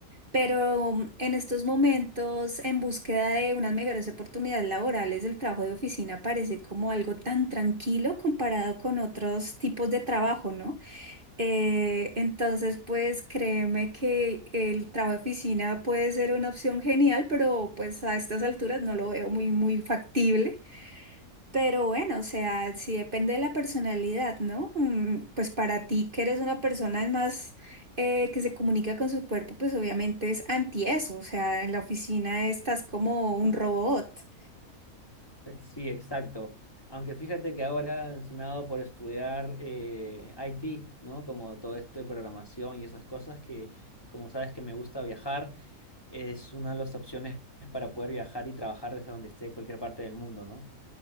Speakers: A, on the right (about 35°); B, on the left (about 15°).
A: pero mm, en estos momentos, en búsqueda de unas mejores oportunidades laborales, el trabajo de oficina parece como algo tan tranquilo comparado con otros tipos de trabajo, ¿no? Eh, entonces, pues créeme que el trabajo de oficina puede ser una opción genial, pero pues a estas alturas no lo veo muy, muy factible. Pero bueno, o sea, sí depende de la personalidad, ¿no? Mm, Pues para ti, que eres una persona más eh, que se comunica con su cuerpo, pues obviamente es anti eso, o sea, en la oficina estás como un robot.
B: Eh, Sí, exacto. Aunque fíjate que ahora se me ha dado por estudiar eh, IT, ¿no? Como todo esto de programación y esas cosas que, como sabes que me gusta viajar, es una de las opciones para poder viajar y trabajar desde donde esté, cualquier parte del mundo, ¿no?